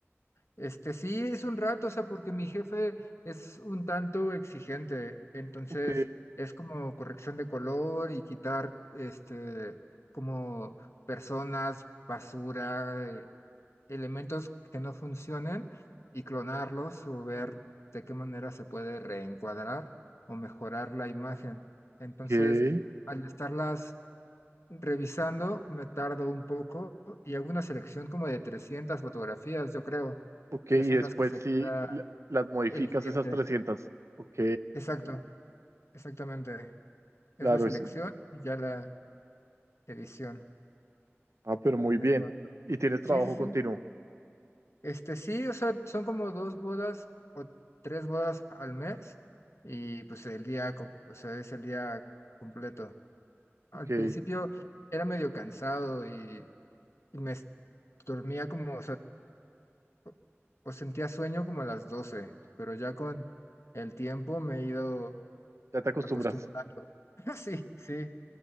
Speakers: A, on the left; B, on the right.
A: Este sí es un rato, o sea, porque mi jefe es un tanto exigente, entonces
B: Ok,
A: es como corrección de color y quitar este como personas, basura, eh, elementos que no funcionen y clonarlos o ver de qué manera se puede reencuadrar o mejorar la imagen. Entonces,
B: ok,
A: al estarlas revisando, me tardo un poco y hago una selección como de 300 fotografías, yo creo,
B: ok. Y
A: que son
B: después
A: las que se
B: sí,
A: queda
B: la- las modificas
A: el cliente.
B: esas 300. Ok,
A: Exacto, exactamente. Es
B: claro.
A: la selección
B: es-
A: y ya la edición
B: Ah, pero muy
A: en
B: bien.
A: eso.
B: Y tienes
A: Sí,
B: trabajo
A: sí, sí.
B: continuo.
A: Este sí, o sea, son como dos bodas o tres bodas al mes y pues el día, co- o sea, es el día completo. Al
B: Ok.
A: principio era medio cansado y, y me es- dormía como, o sea, o o sentía sueño como a las 12 pero ya con el tiempo me he ido
B: Ya te acostumbras.
A: acostumbrando. <laughs> Sí, sí,